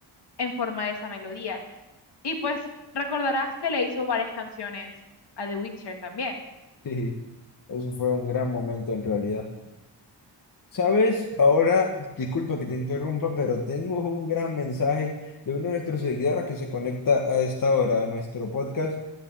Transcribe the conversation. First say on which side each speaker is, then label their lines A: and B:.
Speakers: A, on the left (about 70°); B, on the left (about 50°).
A: en forma de esa melodía. Y pues recordarás que le hizo varias canciones a The Witcher también.
B: Sí, eso fue un gran momento en realidad. ¿Sabes? Ahora, disculpa que te interrumpa, pero tengo un gran mensaje de uno de nuestros seguidores que se conecta a esta hora a nuestro podcast